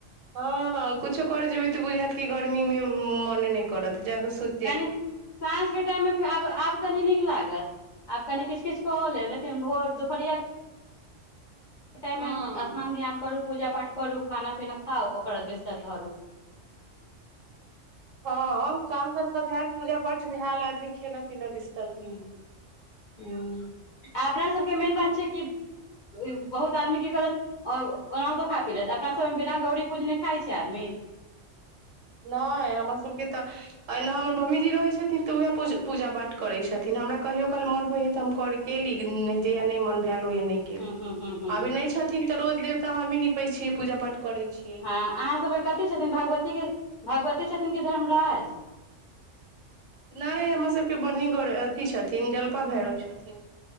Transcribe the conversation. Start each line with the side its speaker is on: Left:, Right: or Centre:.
Right: हां कुछो करै जेबी तऽ बुझाएत कि गर्मी मे मने नै करत जाके सु
Left: कनि साँझ के टाइम मे फे आब, आब कनी नीक लागत आब कनि किछ-किछ कऽ लेब लेकिन भोर दुपहरिया के टाइम
Right: हँ
Left: मे स्नान ध्यान करू। पूजा-पाठ करू, खाना-पीना खाउ, ओकर बाद बिस्तर धरू।
Right: हां काम-धन्धा भाएल, पूजा-पाठ भाएल, आदमी खेलत-पिलत ई स
Left: हुं, हां आ अपना सबके मेन बात छै कि उ बहुत आदमी की करत औ ओनाहुतो खाय पी लेत, अपना सब मे बिना गौरी पूजने खाय छै आदमी।
Right: नै हमर सबके तऽ एहना हमर मम्मीजी रहै छथिन तऽ उहाए पूज पूजा-पाठ करै छथिन, हमरा कहियो काल मोन होयया तऽ हम करि केली नै जहिया नै मन भाएल ओहिया नै केली,
Left: हूँ हूँ हूँ हूँ
Right: अभी नै छथिन त रोज देवता हमही निपै छी, पूजा-पाठ करै छी।
Left: हाँ अहाँ सबके कथी छथिन भगवती के, भगवती छथिन की धरमराज।
Right: नै हमर सबके बनीगर अथि छथिन जलपा भैरव छथिन।